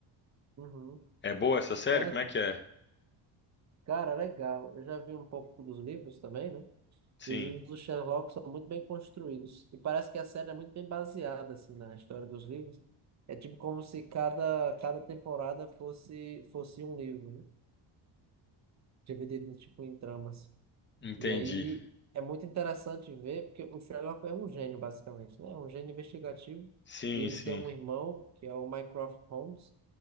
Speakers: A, on the right; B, on the left.
A: Uhum.
B: É boa essa série?
A: É,
B: Como é que é?
A: cara, legal. Eu já vi um pouco dos livros também, né?
B: Sim,
A: E os livros do Sherlock são muito bem construídos. E parece que a série é muito bem baseada, assim, na história dos livros. É tipo como se cada, cada temporada fosse, fosse um livro, né? Dividido, tipo, em tramas.
B: entendi.
A: E aí é muito interessante ver, porque o Sherlock é um gênio, basicamente, né? É um gênio investigativo.
B: Sim,
A: E ele
B: sim.
A: tem um irmão, que é o Mycroft Holmes,